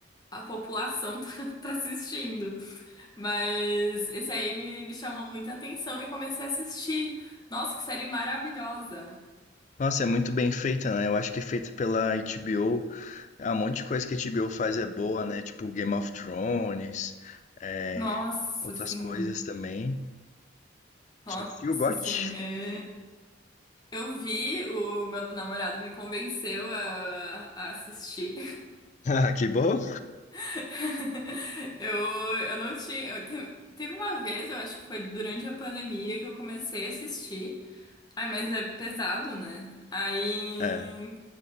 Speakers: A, on the left (about 20°); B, on the left (about 40°).
A: a população <laughs> tá, tá assistindo. Mas esse aí me, me chamou muita atenção e comecei a assistir. Nossa, que série maravilhosa!
B: Nossa, é muito bem feita, né? Eu acho que é feita pela HBO. Ah, um monte de coisa que a HBO faz é boa, né? Tipo Game of Thrones, é,
A: Nossa,
B: outras
A: sim.
B: coisas também.
A: Nossa,
B: Tio Got.
A: sim. é. Eu vi, o meu namorado me convenceu a, a assistir.
B: <laughs> Que bom?
A: <laughs> Eu, eu não tinha. eu te- teve uma vez, eu acho que foi durante a pandemia, que eu comecei a assistir. Ai, mas é pesado, né? Aí.
B: É.